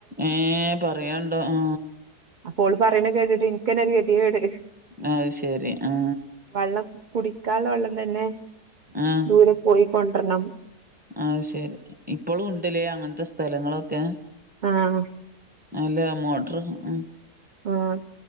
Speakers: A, in the centre; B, on the right.
A: ഏ പറയണ്ടോ ആ
B: അപ്പോൾള് പറയുന്ന കേട്ടിട്ട് ഇനിക്കനെ ഒരു ഗതിയ കേട്
A: അത് ശെരി ആ
B: വെള്ളം കുടിക്കാല വെള്ളം തന്നെ
A: ആഹ
B: ദൂരെ പോയിക്കൊണ്ടരണം
A: ആഹ ശെരി ഇപ്പോളും ഉണ്ടല്ലേ അങ്ങനത്തെ സ്ഥലങ്ങളൊക്കെ
B: ആഹ്
A: അല്ല മോട്ടർ ഉ
B: ആഉം